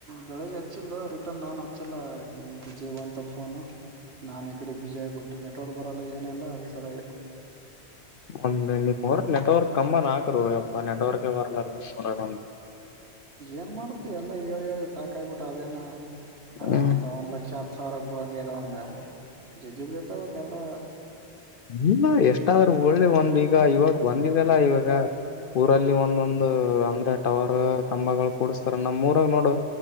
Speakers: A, on the right; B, on the left.
A: ಬೆಳಿಗ್ಗೆ ಹಚ್ಚಿದ್ಲ್ಲ ರಿಟರ್ನ್ ನಾನು ಹಚ್ಚಿಲ್ಲ ನಂದು ಬಿಜಿಬಂತಲ ಫೋನು. ನಾನು ಈ ಕಡೆ ಬಿಜಿ ಆಗ್ಬಿಟ್ಟು ನೆಟ್ವರ್ಕ್ ಬರೋಲ್ಲ ಏನಲ್ಲ ಅದುರಸಲಾಗೆ.
B: ಒಂದ್ ನಿಮ್ಮೂರಗನೆಟ್ವರ್ಕ್ ಕಂಬನ ಹಾಕ್ರೋ ಅಪ್ಪ ನೆಟ್ವರ್ಕ ಬರ್ಲಲ್ಲ ನಿಮ್ಮೂರಗ. ಒಂದ
A: ಏನ್ ಮಾಡ್ತಿ ಎಲ್ಲ ಹೇಳಿ- ಹೇಳಿ ಸಾಕಾಯಗಿಬಿಟ್ಟದ. ಅದೇನ ಆ
B: ಹ್ಮ್
A: ಒಂದ್ ಒಂದ್ ಲಕ್ಷ ಹತ್ತು ಸಾವಿರ ಬಿಳಂಗ ಇದ ಒಂದ ಜಗ್ಗಿ ಬೇಕದಕ್ಕೆ ಎಲ್ಲ.
B: ಇಲ್ಲಾ ಎಷ್ಟಾದ್ರೂ ಬಿಳ್ಳ್ಲಿ ಒಂದು ಈಗ ಇವಾಗ ಬಂದಿದವಲ್ಲ ಇವಾಗ ಊರಲ್ಲಿ ಒಂದೊಂದು. ಅಂದ ಟವರ್ ಕಂಬಗಳು ಕೂಡಿಸ್ತಾರ ನಮ್ಮ್ ಊರಾಗ ನೋಡು,